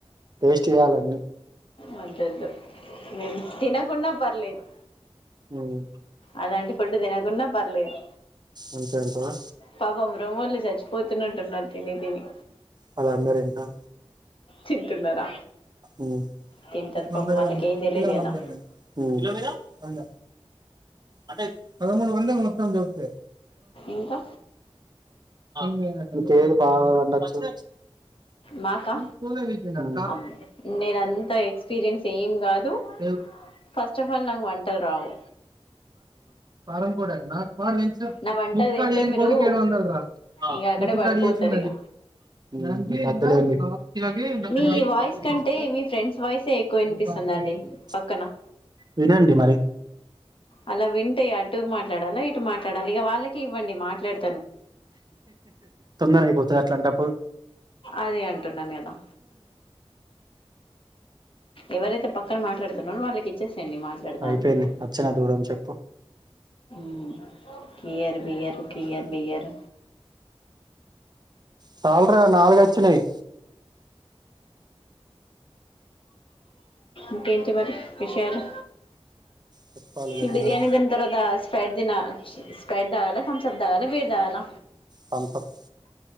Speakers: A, on the right; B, on the left.
A: టేస్ట్ చేయాలన్నీ
B: వద్దోద్దు మీము తినకున్న పర్లేదు
A: ఉమ్,
B: అలాంటి ఫు డ్డు తినకున్న పర్లేదు
A: అంతే అంటవా
B: పాపం రోమోళ్ళు చచ్చిపోతున్నట్టున్నారు తిని తిని
A: వాళ్ళందరూ ఇంటల్లు
B: తింటున్నారా
A: మ్
B: తింటారు
A: ఇ
B: పాపం వాళ్ళకి ఏం తెలియదు
A: విలా వంగ
B: కదా
A: కాంది వంద అదే పదమూడు వంద మొత్తం చప్పు
B: ఇంకా
A: నీకేది బాగ వండొచ్చు
B: మాకా
A: అ
B: అమ్మో నేను అంత ఎక్స్పీరియన్స్ ఏం కాదు
A: మ్
B: ఫస్ట్ ఆఫ్ ఆల్ నాకు వంటలు రావు
A: ఫారం కుడాక్ నాకు
B: నా వంట
A: ముక్కుకాా
B: తింటే
A: ఏం
B: మీరు
A: కొడుకిడు వందల్
B: ఇంక అక్కడే
A: నీకు
B: పడిపోతారు ఇక
A: అది తెలువదు నీకు
B: మీ వాయిస్ కంటే మీ ఫ్రెండ్స్ వాయిసే ఎక్కువ వినిపిస్తుందండి
A: దానికి
B: పక్కన
A: తినండి మరి
B: అలా వింటే అటు మాట్లాడాల ఇటు మాట్లాడాలి ఇగ వాళ్ళకే ఇవ్వండి మాట్లాడు
A: తొందర అయిపోతది అంట్లంటప్పుడు
B: అదే అంటున్నా నిను ఎవరైతే పక్క క్కన మాట్లాడుతున్నారో వాళ్ళకి ఇచ్చేసేయండి మాట్లాడుతా
A: అయిపోయింది
B: అంటున్నా
A: వచ్చిన దూరం చెప్పు
B: మ్ కియర్ బియర్ కియర్ బియర్
A: చాలు రా నాలుగు వచ్చనేయి
B: ఈకేంటి మరి విషయాలు
A: చెప్పాలి ఇగ
B: ఈ
A: తినుడే
B: బిర్యానీ తిన్న తర్వాత అస్ స్పారేట్ దిన చి స్ప్రెడ్ తగలా త్సాప్ తగలా బీర్ తాగాల
A: తంస్సప్